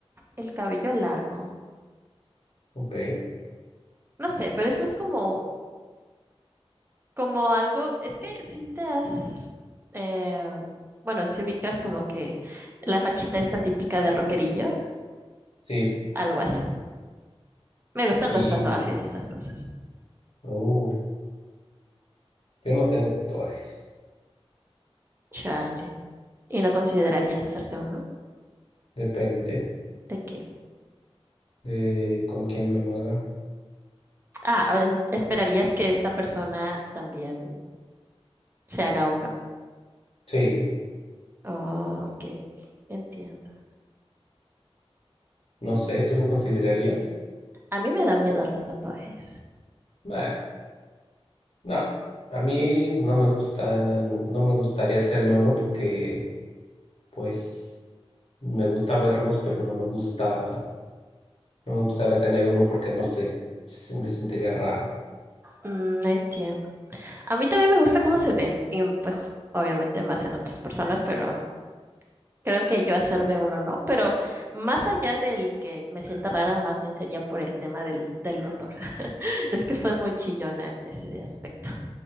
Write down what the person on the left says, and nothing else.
Ok,
sí,
y
oh, yo no tengo tatuajes,
depende
de con quién me lo haga.
Sí,
no sé, ¿tú lo considerarías?
Nah, no, a mí no me gusta, no me gustaría hacerme uno porque, pues, me gusta verlos, pero no me gusta, no me gustaría tener uno porque no sé, se- me sentiría raro.